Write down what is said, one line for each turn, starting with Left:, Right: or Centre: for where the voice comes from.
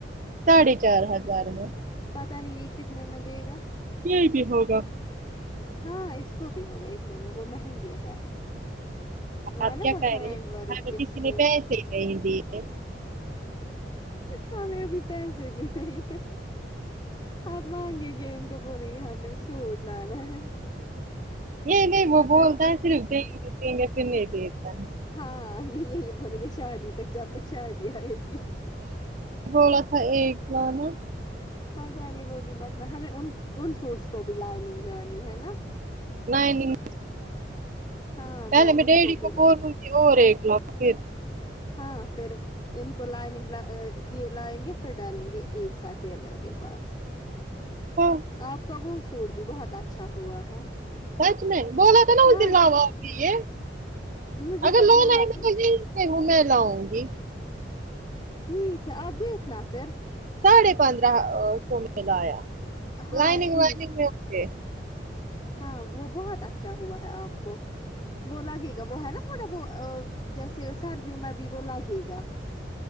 Right: ساڑھے چار ہزار میں
Left: پتاہ نہیں یہ کتنے میں دے گا
Right: یہ بھی ہوگا
Left: ہاں اس کو بھی ہوگا اتنے میں وہ مہنگے ہے وہ
Right: آپ
Left: ہے نا
Right: کیا
Left: وہ
Right: کہہ
Left: ہینڈ
Right: رہے ہیں
Left: ورک
Right: ہمیں
Left: کے
Right: کسی
Left: سو
Right: نے پسے ہی نہیں دیے
Left: ہمیں بھی پیسے بھی نہیں ہے آپ مانگے گئے ان کو بوولیں گے ہمیں سوٹ لانا ہے
Right: نہیں نہیں
Left: پتہ
Right: وہ بولتا
Left: ہی نہیں
Right: ہے صرف دیں گے دیں گے پھر نہیں دیتا ہے
Left: ہاں یہ یہی بولی گے شادی تک جب تک شادی آئے گی
Right: ہولا تھا ایک لا نا
Left: پتاہ نہیں وہ بھی مطلب ہمیں ان ان سوٹس کو بھی لائننگ لگانی ہے نا
Right: لیننگ
Left: ہاں
Right: پہلے
Left: وہ
Right: میں
Left: ان
Right: ڈیڈی کو
Left: بھی
Right: بولوں
Left: لان
Right: تھی اور ایک لاکھ پھر
Left: ہاں پھر ان کو لیننگ لیےگے پھر ڈالیں گے ایک سا ٹیلر کے پاس
Right: ہاں
Left: آپ کا وہ سوٹ بھی بہت اچھا ہوا ہے
Right: سچ میں بولا تھا نا
Left: ہاں
Right: اس دن لاو اب بھی یہ
Left: مجھے
Right: اگر
Left: تب
Right: لو
Left: یاد
Right: نہی
Left: ہی نہیں
Right: وہ میں لاؤں گی
Left: ٹھیک ہے آپ دیکھنا پھر
Right: ساڑھے پندرہ سو میں لایا
Left: ہاں
Right: لائنگ
Left: ٹھیک
Right: وائنگ میں ہوے
Left: ہاں وہ بہت اچھا ہوا ہے آپ کو وہ لگے گا وہ ہے نا تھوڑا وہ جیسے سردیوں میں بھی وہ لگے گا